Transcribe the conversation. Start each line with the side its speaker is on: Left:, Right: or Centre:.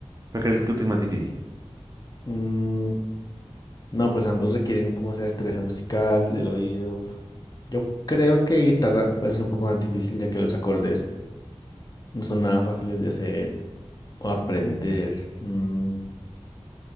Right: ¿Por qué crees tú que es más difícil?
Left: Mm, no, pues ambos requieren como esa destreza musical, el oído. Yo creo que guitarra puede ser un poco más difícil ya que los acordes no son nada fáciles de hacer o aprender. Mm,